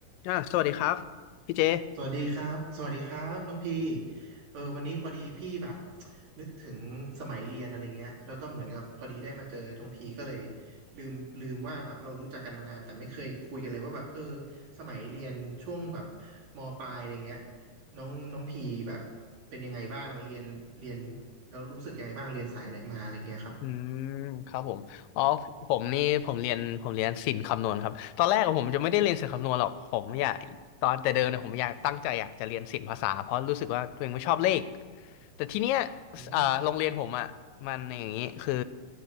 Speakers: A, on the left; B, on the right.
A: อ่าสวัสดีครับพี่เจ
B: สวัสดีครับสวัสดีครับน้องพีเออวันนี้พอดีพี่แบบนึกถึงสมัยเรียนอะไรเงี้ยแล้วก็เหมือนกับพอดีได้มาเจอน้องพีก็เลยลืมลืมว่าแบบเรารู้จักกันมานานแต่ไม่เคยคุยกันเลยว่าแบบเออสมัยเรียนช่วงแบบมปลายอะไรเงี้ยน้องน้องพีแบบเป็นยังไงบ้างเรียนเรียนแล้วรู้สึกยังไงบ้างเรียนสายไหนมาอะไรเงี้ยครับ
A: อืมครับผมอ๋อผมนี่ผมเรียนผมเรียนศิลป์คำนวณครับตอนแรกอะผมจะไม่ได้เรียนศิลป์คำนวณหรอกผมอยากตอนแต่เดิมเนี่ยผมอยากตั้งใจอยากจะเรียนศิลป์ภาษาเพราะรู้สึกว่าตัวเองไม่ชอบเลขแต่ทีเนี้ย
B: อืม
A: เอ่อโรงเรียนผมอ่ะมันอย่างนี้คือ